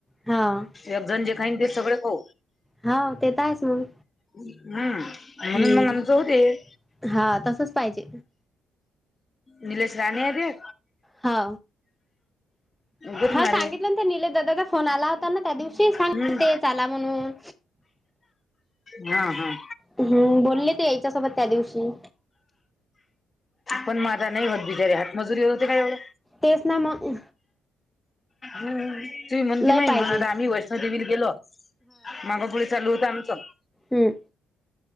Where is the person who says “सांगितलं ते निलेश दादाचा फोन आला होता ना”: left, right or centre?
Centre